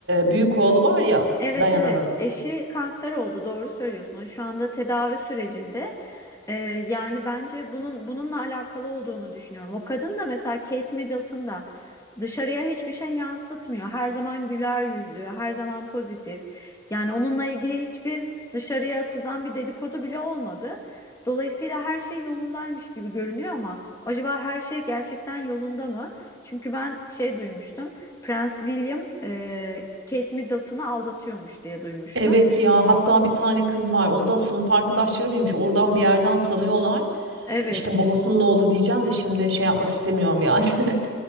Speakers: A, on the right; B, on the left.
A: büyük oğlu var ya
B: Evet
A: Dayana'nın.
B: evet eşi kanser oldu doğru söylüyorsun. O Şu anda tedavi sürecinde. Ee, yani bence bunun bununla alakalı olduğunu düşünüyorum. O kadın da mesela Kate Middleton da dışarıya hiçbir şey yansıtmıyor. Her zaman güler yüzlü, her zaman pozitif. Yani onunla ilgili hiçbir dışarıya sızan bir dedikodu bile olmadı. Dolayısıyla her şey yolundaymış gibi görünüyor ama acaba her şey gerçekten yolunda mı? Çünkü ben şey duymuştum. Prens William e, Kate Middleton'ı aldatıyormuş diye duymuştum.
A: Evet ya hatta bir tane kız var o da sınıf arkadaşları mıymış oradan bir yerden tanıyorlar.
B: Evet.
A: İşte babasının oğlu diyeceğim de şimdi şey yapmak istemiyorum yani. <laughs>